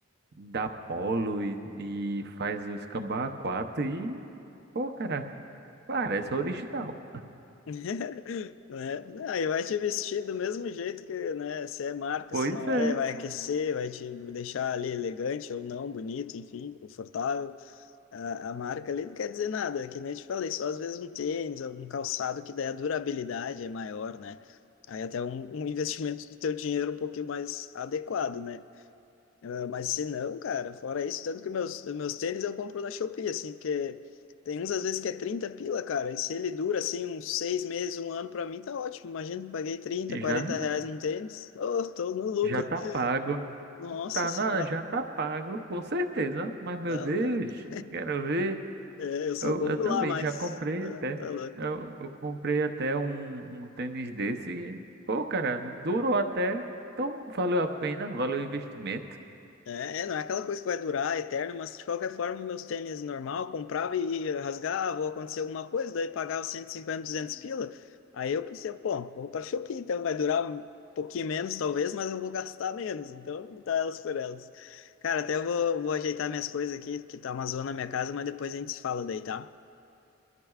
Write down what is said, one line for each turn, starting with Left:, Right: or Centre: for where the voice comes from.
Right: da Polo e, e faz o cambá a quatro e, pô, cara, parece original.
Left: <laughs> Né? Não, e vai te vestir do mesmo jeito que, né, se é marca,
Right: Pois
Left: se não
Right: é,
Left: é, vai aquecer, vai te deixar ali elegante ou não, bonito, enfim, confortável. A, a marca ali não quer dizer nada, que nem eu te falei, só às vezes um tênis, algum calçado que daí a durabilidade é maior, né? Aí até um, um investimento do teu dinheiro um pouquinho mais adequado, né? Ah, mas se não, cara, fora isso, tanto que meus, meus tênis eu compro na Shopee, assim, porque tem uns às vezes que é 30 pila, cara, e se ele dura, assim, uns seis meses, um ano, pra mim tá ótimo. Imagina, eu paguei 30,
Right: já,
Left: 40 reais num tênis, oh, tô no lucro.
Right: já tá pago.
Left: Nossa
Right: Tá
Left: Senhora,
Right: na, já tá pago, com certeza. Mas, meu
Left: tá
Right: Deus,
Left: louco.
Right: quero ver.
Left: É, eu só
Right: Eu,
Left: compro
Right: eu também
Left: lá mais,
Right: já comprei
Left: tá,
Right: até.
Left: tá louco.
Right: Eu, eu comprei até um, um tênis desse. e, Pô, cara, durou até. Então, valeu a pena, valeu o investimento.
Left: É, é, não é aquela coisa que vai durar eterno, mas de qualquer forma, meus tênis normal, comprava e rasgava, ou acontecia alguma coisa, daí pagava cento e cinquenta duzentos pila. Aí eu pensei, pô, vou para Shopee, então vai durar um pouquinho menos, talvez, mas eu vou gastar menos, então vou dar elas por elas. Cara, até eu vou, vou ajeitar minhas coisas aqui, que tá uma zona na minha casa, mas depois a gente se fala daí, tá?